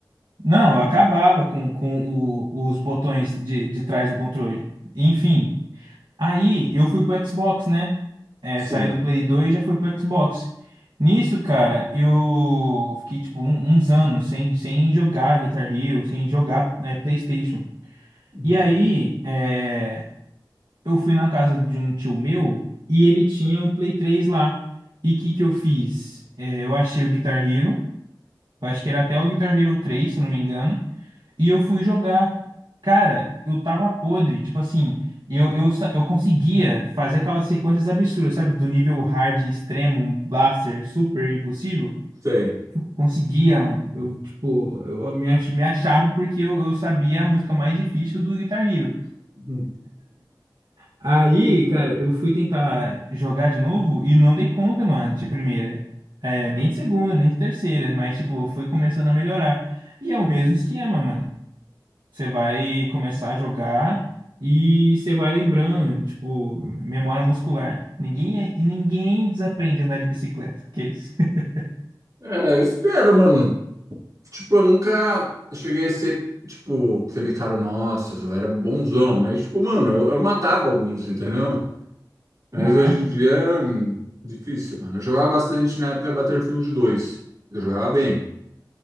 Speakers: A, on the right; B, on the right.
A: Não, eu acabava com, com o- os botões de, de trás do controle. Enfim, aí eu fui pro Xbox, né? é,
B: Sim.
A: saiu do Play 2 e já foi pro Xbox. Nisso, cara, eu fiquei tipo um- uns anos sem, sem jogar Guitar Hero, sem jogar é, PlayStation.
B: Hum,
A: E aí, é, eu fui na casa de um tio meu e ele tinha um Play 3 lá. E o que que eu fiz? É, eu achei o Guitar Hero, eu acho que era até o Guitar Hero 3, se eu não me engano. E eu fui jogar. Cara, eu tava podre. Tipo assim, eu, eu, sa- eu conseguia fazer aquelas sequências absurdas, sabe? Do nível hard, extremo, um blaster, super impossível.
B: Sei.
A: Eu conseguia, mano. Eu, tipo, eu me, ach- me achava porque eu, eu sabia a música mais difícil do Guitar Hero.
B: Hum.
A: Aí, cara, eu fui tentar jogar de novo e não dei conta, mano, de primeira. É, nem de segunda, nem de terceira, mas, tipo, eu fui começando a melhorar. E é o mesmo esquema, mano. Você vai começar a jogar e você vai lembrando, tipo, memória muscular. Ninguém é- e ninguém desaprende a andar de bicicleta, aqueles. <laughs>
B: É, espero, mano. Tipo, eu nunca cheguei a ser, tipo, aquele cara, nossa, eu era bonzão. Mas, tipo, mano, eu, eu matava alguns, entendeu? Mas
A: Aham.
B: hoje em dia, é hum, difícil, mano. Eu jogava bastante na época Battlefield dois Eu jogava bem,